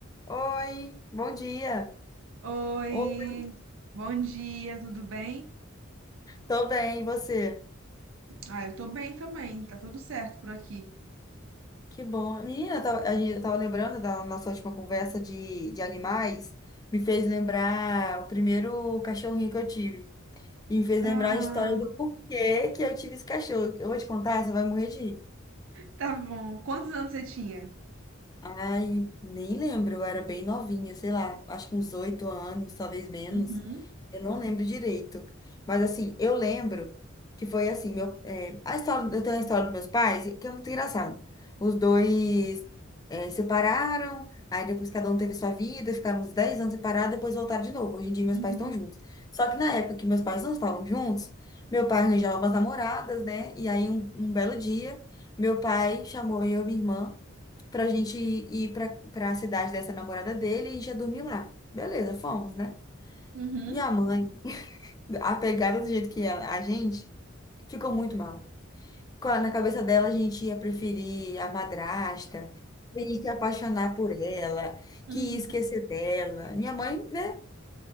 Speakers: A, on the left; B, on the right.
A: Oi, bom dia.
B: Oi,
A: Oi,
B: bom dia, tudo bem?
A: tô bem, e você?
B: Ah, eu tô bem também, tá tudo certo por aqui.
A: Que bom. Menina, eu tava- a gente eu tava lembrando da nossa última conversa de, de animais, me fez lembrar o primeiro cachorrinho que eu tive. E me fez
B: Ah,
A: lembrar a história do porquê que eu tive esse cachorro. Eu vou te contar, você vai morrer de rir.
B: tá bom. Quantos anos você tinha?
A: Ai, nem lembro, eu era bem novinha, sei lá, acho que uns oito anos, talvez menos.
B: Uhum,
A: Eu não lembro direito. Mas assim, eu lembro que foi assim, meu, é, a história, eu tenho a história dos meus pais, que é muito engraçado. Os dois é, separaram, aí depois cada um teve sua vida, ficaram uns 10 anos separados, depois voltaram de novo. Hoje em dia meus
B: uhum,
A: pais estão juntos. Só que na época que meus pais não estavam juntos, meu pai arranjava umas namoradas, né? E aí um um belo dia. Meu pai chamou eu e minha irmã pra gente ir pra, pra cidade dessa namorada dele e a gente ia dormir lá. Beleza, fomos, né?
B: uhum,
A: Minha mãe, apegada do jeito que é a gente, ficou muito mal. Co- Na cabeça dela, a gente ia preferir a madrasta, ia se apaixonar por ela,
B: uhum.
A: que ia esquecer dela. Minha mãe, né?